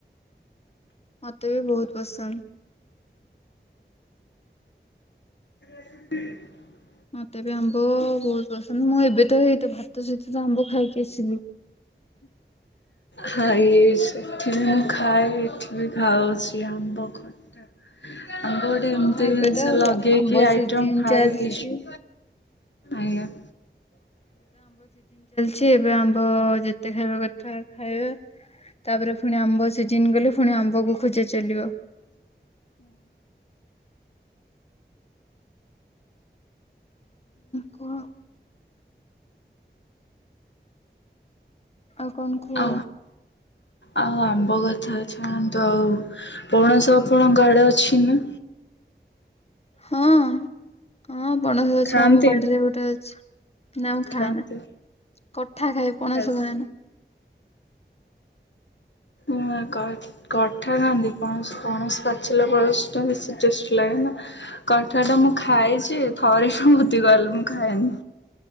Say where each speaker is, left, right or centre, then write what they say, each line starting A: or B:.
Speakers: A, on the left; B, on the left.
A: ମତେ ବି ବହୁତ ପସନ୍ଦ
B: <inaudible>
A: ମତେ ବି ଆମ୍ବ ବହୁତ ପସନ୍ଦ ମୁଁ ଏବେ ତ ଏଇତ ଭାତ ସହିତ ତ ଆମ୍ବ ଖାଇକି ଆସିଲି।
B: ଖାଇ ସେଠି ମୁଁ ଖାଏ ଏଠି ବି ଖାଉଛି ଆମ୍ବ ଖଟା ଆମ୍ୱ ଗୋଟେ
A: ହଁ
B: ଏମତି
A: ଏବେ
B: ଜିନିଷ
A: ତ
B: ଲଗେଇକି
A: ଆମ୍ବ
B: ଆଇଟମ
A: ସିଜିନ
B: ଖାଇକି
A: ଚାଲିଛି।
B: ଆଞା
A: ଛି ଏବେ ଆମ୍ବ ଯେତେ ଖାଇବେ କଥା ଖାଇବେ ତାପରେ ପୁଣି ଆମ୍ବ ସିଜିିନ ଗଲେ ପୁଣି ଆମ୍ବକୁ ଖୋଯା ଚାଲିବ। କୁହ ଆଉ କଣ କୁହ?
B: ଆ ଆଉ ଆମ୍ବ କଥା ଛାଡ଼ନ୍ତୁ। ଆଉ ପଣସ ଆପଣଙ୍କ ଆଡେ ଅଛି ନା?
A: ହଁ ହଁ ପଣସ ଗଛ
B: ଖାଆନ୍ତି
A: ଆମ ବାଡିରେ ଗୋଟେ ଅଛି ନା ମୁଁ ଖାଏନା
B: ଖାଆନ୍ତି
A: କଠା ଖାଏ ପଣସ
B: ବାସ୍।
A: ଖାଏନା।
B: ଉଁ କଠ କଠା ଖାନ୍ତି ପଣସ ପଣସ ପାଚିଲା ପଣସ ଟା ବେଶୀ ଟେଷ୍ ଲାଗେନା କଠା ଟା ମୁଁ ଖାଇଛି ଥରେ ବି ଭୋତି କଲେ ମୁଁ ଖାଏନି।